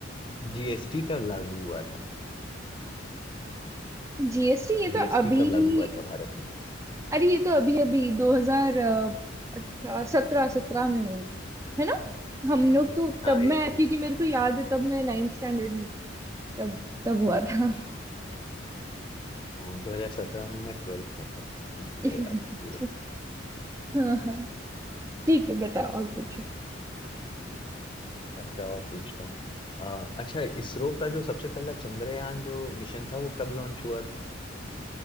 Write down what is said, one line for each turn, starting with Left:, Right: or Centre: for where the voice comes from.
Left: जीएसटी कब लागू हुआ था
Right: जीएसटी ये
Left: जीएसटी
Right: तो अभी
Left: कब लागू
Right: ही
Left: हुआ था भारत में
Right: अरे ये तो अभी अभी दो
Left: अभी
Right: हजार अठारह सत्रह सत्रह में हुआ था है ना हम
Left: हाँ
Right: लोग
Left: एक
Right: तो
Left: हाँ
Right: तब
Left: एक
Right: मैं
Left: जुलाई
Right: क्योंकि मेरे को याद है तब मैं नाइन्थ स्टैंडर्ड में थी, तब तब हुआ था
Left: अच्छा वो दो हजार सत्रह में मैं ट्वेल्थ में था मुझे
Right: <laughs>
Left: याद भी है
Right: हाँ हाँ ठीक है बताओ और पूछो
Left: अच्छा और पूछता हूँ अ, अच्छा इसरो का जो सबसे पहला चंद्रयान जो मिशन था वो कब लॉन्च हुआ था